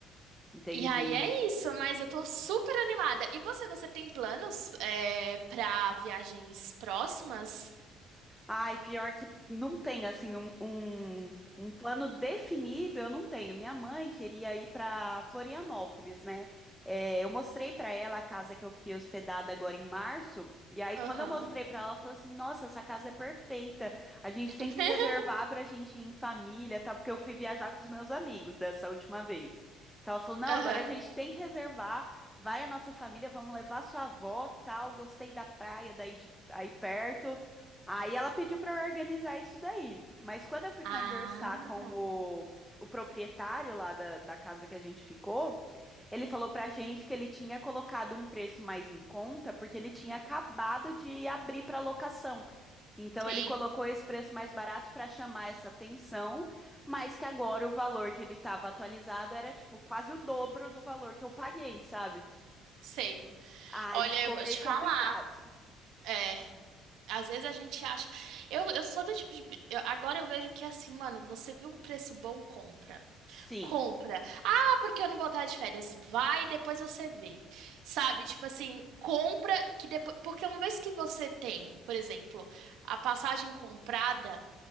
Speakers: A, in the centre; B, on the right.
A: Entendi.
B: E aí é isso, mas eu tô super animada. E você, você tem planos, é, pra viagens próximas?
A: Ai, pior que não tenho, assim, um, um, um plano definido, eu não tenho. Minha mãe queria ir para Florianópolis, né? É, eu mostrei para ela a casa que eu fiquei hospedada agora em março. E aí,
B: Aham.
A: quando eu mostrei para ela, ela falou assim: Nossa, essa casa é perfeita. A gente
B: <laughs>
A: tem que reservar para a gente ir em família, tá? Porque eu fui viajar com os meus amigos dessa última vez. Então, ela falou: Não,
B: Aham.
A: agora a gente tem que reservar. Vai a nossa família, vamos levar sua avó, tal. Gostei da praia daí de, aí perto. Aí ela pediu para eu organizar isso daí. Mas quando eu fui
B: Ah,
A: conversar com o, o proprietário lá da, da casa que a gente ficou, ele falou pra gente que ele tinha colocado um preço mais em conta porque ele tinha acabado de abrir para locação. Então
B: sim,
A: ele colocou esse preço mais barato para chamar essa atenção, mas que agora o valor que ele estava atualizado era tipo quase o dobro do valor que eu paguei, sabe?
B: sei.
A: Aí
B: Olha,
A: ficou
B: eu vou
A: meio
B: te
A: complicado.
B: falar. É, às vezes a gente acha. Eu, eu sou do tipo de. eu- agora eu vejo que assim, mano, você viu um preço bom, compra.
A: Sim.
B: Compra. Ah, porque eu não vou estar de férias. Vai, depois você vê. Sabe? Tipo assim, compra que depois. Porque uma vez que você tem, por exemplo, a passagem comprada,